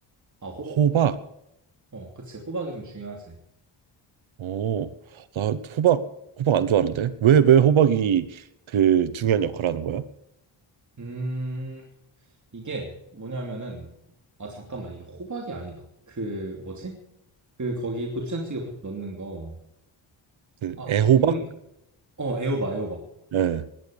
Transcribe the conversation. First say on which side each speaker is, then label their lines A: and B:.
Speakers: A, on the right (about 35°); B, on the right (about 70°).
A: 아, 호박,
B: 호박.
A: 호박? 어, 그치. 호박이 좀 중요하지.
B: 어, 나 호박 호박 안 좋아하는데 왜 왜 호박이 그 중요한 역할을 하는 거야?
A: 음. 이게 뭐냐면은 아 잠깐만 이게 호박이 아니다. 그 뭐지? 그 거기 고추장찌개 보통 넣는 거.
B: 그
A: 아 갑자기
B: 애호박?
A: 이름이 어 애호박 애호박.
B: 예.